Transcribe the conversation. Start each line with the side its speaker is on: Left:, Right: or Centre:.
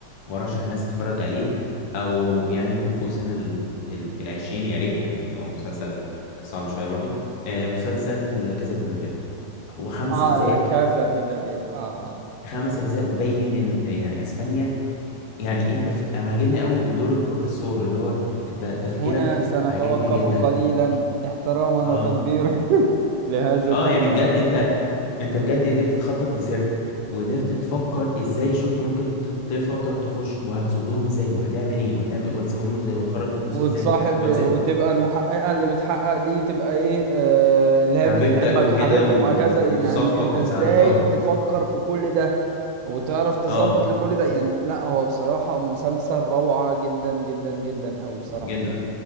Left: وارشح الناس تتفرج عليه او يعني يكون فوق سن ال ال- العشرين يا ريت يعني هو مسلسل صعب شوية برضو آه، مسلسل كاسا دي بابيل هو خمس
Right: اه
Left: اجزاء
Right: لا كازا دي بابيل اه
Left: خمس اجزاء وجاي من آه، يعني اسبانيا يعني ايه التف... انا عاجبني قوي دور البروفيسور اللي هو انت تفكيرك
Right: هنا سنتوقف
Left: عاجبني جدا
Right: قليلا احتراما
Left: اه
Right: وتقديرا <laughs> لهذا
Left: اه يعني بجد انت انت بجد قدرت تخطط لسرقة وقدرت تفكر ازاي الشرطة ممكن ت- تفكر تخش وهتصدهم ازاي وهتعمل ايه وهتعمل وهتسويهم ازاي وهتخرج الفلوس
Right: وتصاحب
Left: ازاي وهت...
Right: وتبقى المحققة اللي بتحقق دي تبقى ايه آه اللي هي
Left: حبيبتك
Right: بتحبك
Left: وكده
Right: حبيبتك
Left: وف...
Right: وهكذا
Left: وفي
Right: يعني
Left: صفك
Right: انت
Left: وتساعدك
Right: ازاي
Left: اه
Right: تفكر في كل ده وتعرف تظبط
Left: اه
Right: لكل ده يعني لا هو بصراحة مسلسل روعة جدا جدا جدا قوي بصراحة
Left: جدا